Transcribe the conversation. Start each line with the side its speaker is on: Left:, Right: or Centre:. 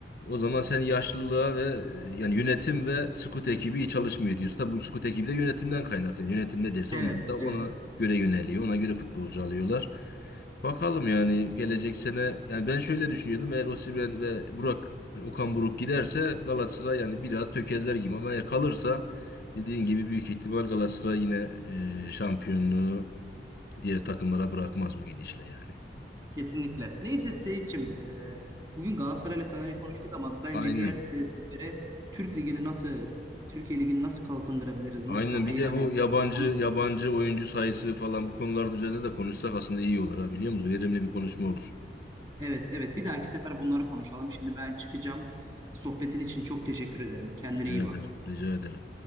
Left: O zaman sen yaşlılığa ve e, yani yönetim ve scout ekibi iyi çalışmıyor diyorsun. Tabi bu scout ekibi de yönetimden kaynaklanıyor. Yönetim ne derse
Right: Evet,
Left: onu da ona
Right: evet.
Left: göre yöneliyor. Ona göre futbolcu alıyorlar. Bakalım yani gelecek sene yani ben şöyle düşünüyordum. Eğer Osimhen ve Burak Okan Buruk giderse Galatasaray yani biraz tökezler gibi ama eğer kalırsa Dediğin gibi büyük ihtimal Galatasaray yine e, şampiyonluğu diğer takımlara bırakmaz bu gidişle yani.
Right: Kesinlikle. Neyse Seyitçim, e, bugün Galatasaray'la Fener'i konuştuk ama bence
Left: Aynen.
Right: diğer e, sefere Türk Ligi'ni nasıl, Türkiye Ligi'ni nasıl kalkındırabiliriz, nasıl
Left: Aynen.
Right: daha
Left: Bir
Right: iyi
Left: de
Right: hale
Left: bu
Right: getirebiliriz?
Left: yabancı
Right: Onu,
Left: yabancı oyuncu sayısı falan bu konuların üzerinde de konuşsak aslında iyi olur ha biliyor musun? Verimli bir konuşma olur.
Right: evet, evet. Bir dahaki sefer bunları konuşalım. Şimdi ben çıkacağım. Sohbetin için çok teşekkür ederim. Kendine
Left: Rica
Right: iyi
Left: ederim.
Right: bak.
Left: Rica ederim.